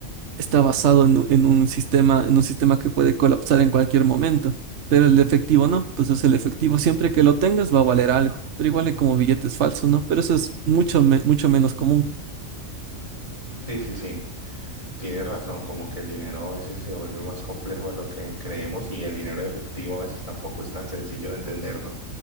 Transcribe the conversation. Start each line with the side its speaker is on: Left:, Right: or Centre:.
Right: está basado en, u- en un sistema, en un sistema que puede colapsar en cualquier momento, pero el efectivo no. Entonces el efectivo siempre que lo tengas va a valer algo, pero igual es como billetes falsos, ¿no? Pero eso es mucho, me- mucho menos común.
Left: Sí, sí, sí. Tienes razón, como que el dinero a veces se vuelve más complejo de lo que creemos y el dinero en efectivo a veces tampoco es tan sencillo de entender, ¿no?